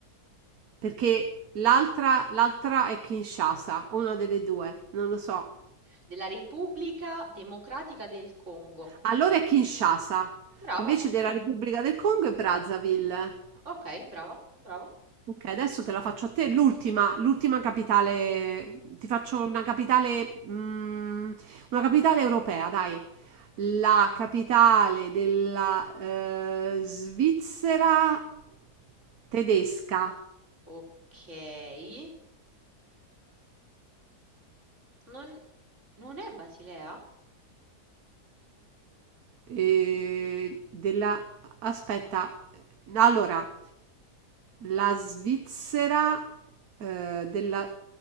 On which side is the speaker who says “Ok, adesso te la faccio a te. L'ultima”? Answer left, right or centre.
Right